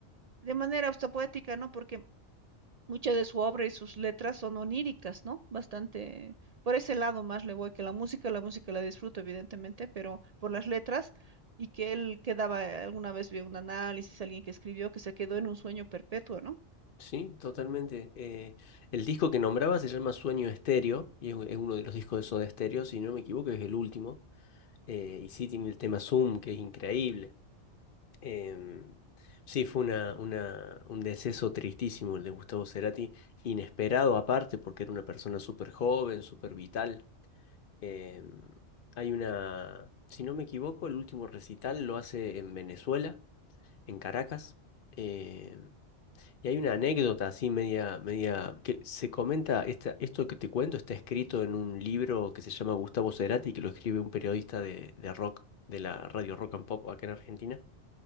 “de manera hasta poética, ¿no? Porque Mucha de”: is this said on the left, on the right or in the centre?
Right